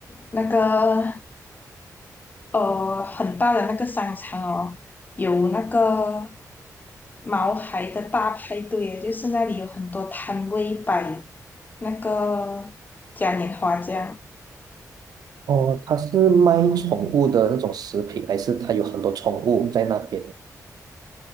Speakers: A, on the left (about 25°); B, on the right (about 80°).
A: 那个呃很大的那个商场哦，有那个毛孩的大派对耶，就是那里有很多摊位摆那个嘉年华这样，
B: 哦，他是卖宠物的那种食品，还是他有很多宠物在那边？